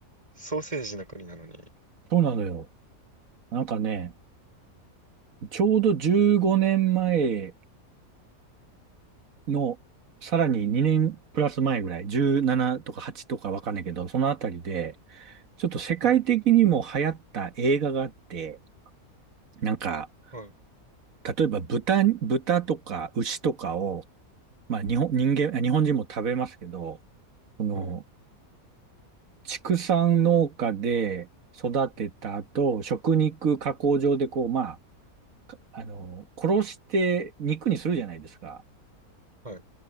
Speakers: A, on the right; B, on the right.
A: ソーセージの国なのに。
B: そうなのよ。なんかね、ちょうど15年前の、さらに2年プラス前ぐらい、17とか8とかわかんないけど、そのあたりで、ちょっと世界的にも流行った映画があって、
A: はい。
B: なんか、
A: はい。
B: 例えば豚、豚とか牛とかを、まあ日本、人間、あ日本人も食べますけど、その、
A: はい。
B: 畜産農家で育てた後、食肉加工場でこう、まあ、かあの、殺して肉にするじゃないですか。
A: はい。